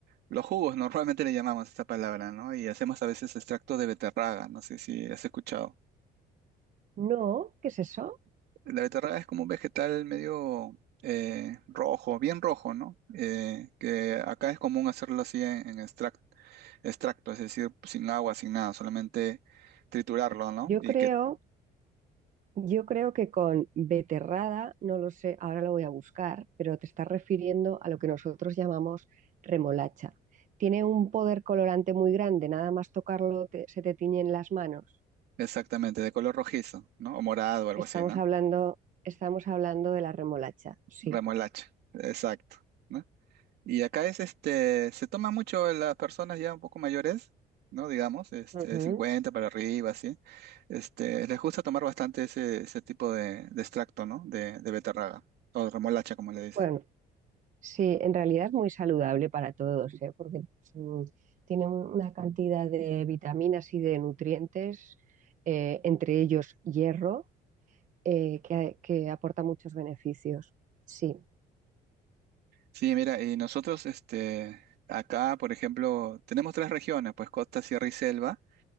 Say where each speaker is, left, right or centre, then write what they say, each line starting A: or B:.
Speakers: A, on the right (about 70°); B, on the right (about 50°).
A: los jugos, <laughs> normalmente le llamamos esta palabra, ¿no? Y hacemos a veces extracto de beterraga, no sé si has escuchado.
B: No, ¿qué es eso?
A: La beterraga es como un vegetal medio eh, rojo, bien rojo, ¿no? Eh, que acá es común hacerlo así en, en extrac- extracto, es decir, sin agua, sin nada, solamente triturarlo, ¿no?
B: Yo
A: Y
B: creo,
A: que
B: yo creo que con beterrada, no lo sé, ahora lo voy a buscar, pero te estás refiriendo a lo que nosotros llamamos remolacha. Tiene un poder colorante muy grande, nada más tocarlo te- se te tiñen las manos.
A: Exactamente, de color rojizo, ¿no? O morado o algo
B: Estamos
A: así, ¿no?
B: hablando, estamos hablando de la remolacha, sí.
A: Remolacha, exacto, ¿no? Y acá es este, se toma mucho en las personas ya un poco mayores, ¿no? Digamos, este,
B: Ujú.
A: 50 para arriba, así. Este, les gusta tomar bastante ese, ese tipo de, de extracto, ¿no? De, de beterraga, o remolacha, como le dicen.
B: Bueno, Sí, en realidad es muy saludable para todos, ¿eh? Porque mm, tiene un- una cantidad de vitaminas y de nutrientes, eh, entre ellos hierro, eh, que, que aporta muchos beneficios. Sí,
A: Sí, mira, y nosotros, este, acá, por ejemplo, tenemos tres regiones, pues costa, sierra y selva.